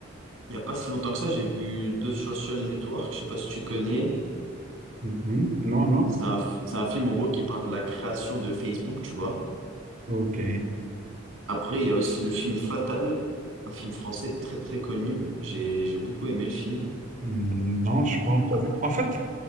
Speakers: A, on the right; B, on the right.
A: Il n'y a pas si longtemps que ça, j'ai vu The Social Network, je sais pas si tu connais.
B: mhm. Non, non.
A: C'est un, c'est un film en gros qui parle de la création de Facebook, tu vois.
B: Ok.
A: Après, il y a aussi le film Fatal, un film français très très connu. J'ai j'ai beaucoup aimé le film.
B: Mm, Non, je pas encore
A: Ah,
B: vu. En fait,